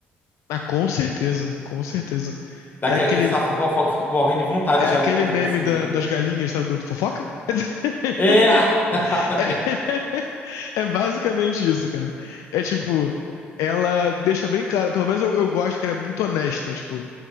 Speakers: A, on the left; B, on the left.
A: Ah, com certeza, com certeza.
B: Daquela
A: É aquele,
B: que você tá fofoca e fica morrendo de vontade
A: é
B: já
A: aquele
B: de contar,
A: meme
B: tipo assim...
A: da- das galinhas, sabe, do, do fofoca? <laughs>
B: É. <laughs>
A: É, é basicamente isso, cara. É tipo, ela deixa bem claro, pelo menos eu, eu gosto que ela é muito honesta, tipo,